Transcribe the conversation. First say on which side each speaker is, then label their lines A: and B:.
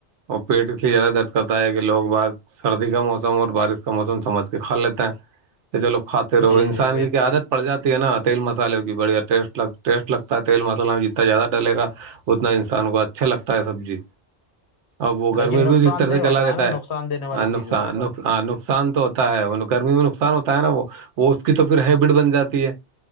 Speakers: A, on the right (about 80°); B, on the left (about 70°).
A: اور پیٹ اس لیے زیادہ درد کرتا ہے کہ لوگ ب سردی کا موسم اور بارش کا موسم سمجھ کے کھا لیتے ہیں چلو کھاتے رہو
B: جی
A: انسان
B: جی بہتر
A: کی کیا عادت پڑ جاتی ہے نا تیل مسالے کی بڑھیا ٹیٹ ٹیسٹ لگتا ہے تیل مسالہ میں جتنا زیادہ ڈلے گا اتنا انسان کو اچھا لگتا ہے سبزی اب وہ
B: لیکن
A: گرمی
B: نقصان
A: بھی اس طرح
B: دہ
A: سے
B: ہوتا
A: چلا دیتا
B: ہے نا
A: ہے
B: نقصان دینے والی
A: نقصان
B: چیز ہوتے
A: نقصان تو ہوتا ہے گرمی میں نصان نق ہوتا ہے نا وہ وہ اس کی تو پھر ہیبٹ بن جاتی ہے